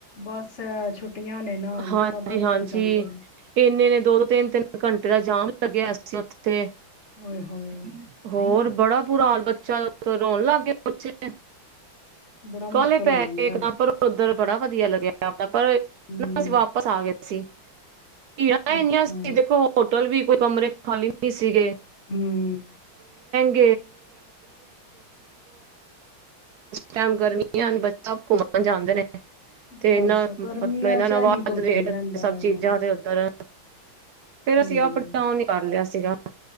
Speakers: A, on the left; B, on the right.
A: ਬਸ ਏ ਛੁੱਟੀਆਂ ਨੇ ਨਾ,
B: ਹਾਂਜੀ-ਹਾਂਜੀ
A: ਸਭ ਉੱਥੇ ਹੀ ਜਾਂਦੇ ਨੇ।
B: ਇੰਨੇ ਨੇ ਦੋ-ਦੋ ਤਿੰਨ-ਤਿੰਨ ਘੰਟੇ ਦਾ ਜਾਮ ਲੱਗਿਆ ਹੋਇਆ ਸੀ ਉੱਥੇ। ਤੇ
A: ਓਏ ਹੋਏ
B: ਹੋਰ ਬੜਾ ਬੁਰਾ ਹਾਲ ਬੱਚਿਆਂ ਦਾ ਉੱਤੋਂ ਰੋਣ ਲੱਗ ਗਏ। <unintelligible>
A: ਬੜਾ ਮੁਸ਼ਕਿਲ
B: ਕਾਹਲੇ ਪੈ
A: ਹੋ ਜਾਂਦਾ
B: ਗਏ ਇੱਕਦਮ
A: ਹੈ।
B: ਪਰ ਉੱਧਰ ਬੜਾ ਵਧੀਆ ਲਗਿਆ। ਪਰ ਨਾ
A: ਹੂੰ
B: ਅਸੀਂ ਵਾਪਸ ਆ ਗਏ। ਸੀ ਭੀੜਾਂ
A: ਅੱਛਾ
B: ਇੰਨੀਆਂ ਸੀ, ਦੇਖੋ ਹੋਟਲ ਵੀ ਕੋਈ ਕਮਰੇ ਖਾਲੀ ਨਹੀਂ ਸੀਗੇ।
A: ਹਮਮ
B: <unintelligible> ਟਾਈਮ ਗਰਮੀਆਂ ਬੱਚੇ ਘੁੰਮਣ ਜਾਂਦੇ ਨੇ। ਤੇ
A: ਬਸ
B: ਇਹਨਾਂ
A: ਗਰਮੀਆਂ
B: ਮਤਲਬ ਇਹਨਾਂ
A: ਚ
B: ਨਾਲ ਵਧ
A: ਇਹੀ ਕੁਛ
B: ਰੇਟ
A: ਹੀ ਰਹਿੰਦਾ
B: ਸਬ
A: ਵਾ ਹਾਂ
B: ਚੀਜ਼ਾਂ ਦੇ ਉੱਪਰ ਫੇਰ
A: ਹੂੰ
B: ਅਸੀਂ ਅਪ -ਡਾਊਨ ਹੀ ਕਰ ਲਿਆ ਸੀ ਸੀਗਾ <inaudible>